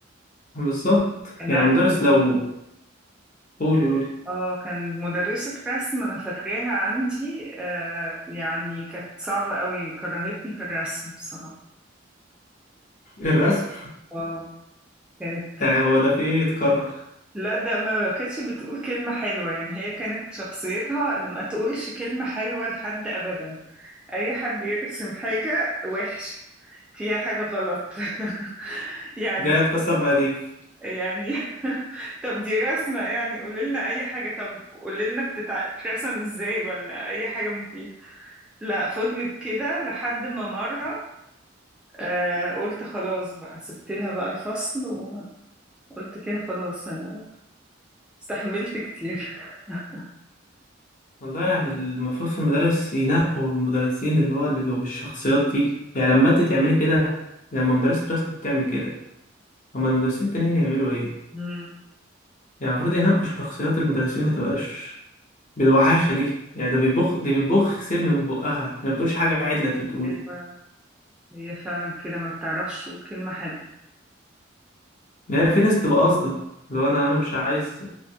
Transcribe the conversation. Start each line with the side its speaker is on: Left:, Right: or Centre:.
Left: بالظبط
Centre: كان
Left: يعني
Centre: عن-
Left: مدرس لو قولي قولي
Centre: اه كان مدرسة رسم انا فاكراها عندي آه يعني كانت صعبة قوي كرهتني في الرسم بصراحة
Left: الرسم
Centre: اه كانت
Left: يعني هو ده في ايه يتكرر
Centre: لا ده ما كانتش بتقول كلمة حلوة يعني هي كانت شخصيتها إن ما تقولش كلمة حلوة لحد أبدا أي حد يرسم حاجة وحشة فيها حاجة غلط <laughs> يعني
Left: جاي اتكسر مقاديف
Centre: يعني <laughs> طب دي رسمة يعني قوليلنا أي حاجة طب قوليلنا بتتع- بتترسم إزاي ولا أي حاجة مفيدة لا فضلت كده لحد ما مرة آه قلت خلاص بقى سبت لها بقى الفصل وقلت كده خلاص أنا استحملت كتير <laughs>
Left: والله يعني المفروض في المدارس ينقوا المدرسين اللي هو اللي بيبقوا بالشخصيات دي يعني لما انت تعملي كده لما مدرسة رسم بتعمل كده اما المدرسين التانيين يعملوا ايه
Centre: مم.
Left: يعني المفروض ينقوا شخصيات المدرسين ما تبقاش بالوحاشه دي يعني ده بيبخ دي بتبخ سم من بقها ما بتقولش حاجه عدله انت بتقولي
Centre: أيوة، هي فعلا كده ما بتعرفش تقول كلمة حلوة
Left: يعني في ناس بتبقى قاصده لو انا انا مش عايز